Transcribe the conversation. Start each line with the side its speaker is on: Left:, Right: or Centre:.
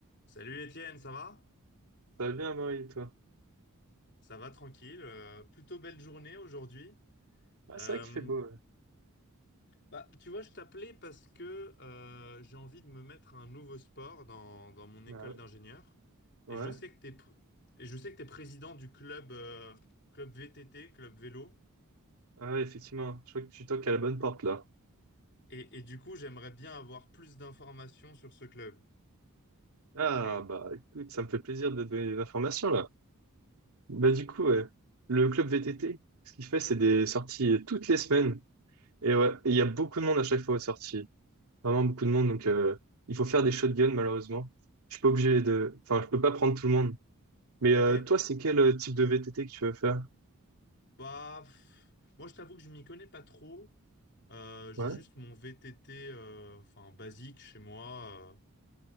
Left: Salut Étienne, ça va?
Right: Ça va bien, Marie, toi?
Left: Ça va tranquille, euh, plutôt belle journée aujourd'hui.
Right: Ouais,
Left: Euh,
Right: c'est vrai qu'il fait beau, ouais.
Left: bah, tu vois, je t'appelais parce que euh, j'ai envie de me mettre un nouveau sport dans, dans mon
Right: Bah
Left: école
Right: ouais.
Left: d'ingénieur.
Right: Ouais,
Left: Et je sais que t'es, pr- et je sais que t'es président du club, euh, club VTT, club vélo.
Right: Ah ouais, effectivement. Je crois que tu toques à la bonne porte, là.
Left: Et, et du coup, j'aimerais bien avoir plus d'informations sur ce club.
Right: Ah,
Left: Tu vois?
Right: bah écoute, ça me fait plaisir de donner des informations, là. Bah du coup, ouais. Le club VTT, ce qu'il fait, c'est des sorties euh, toutes les semaines. Et ouais, et il y a beaucoup de monde à chaque fois aux sorties. Vraiment beaucoup de monde, donc euh, il faut faire des shotguns, malheureusement. Je suis pas obligé de... Enfin, je peux pas prendre tout le monde. Mais
Left: Ok?
Right: euh, toi, c'est quel euh, type de VTT que tu veux faire?
Left: Bah, pff, moi, je t'avoue que je m'y connais pas trop. Euh, j'ai
Right: Ouais.
Left: juste mon VTT, euh, enfin, basique chez moi. euh,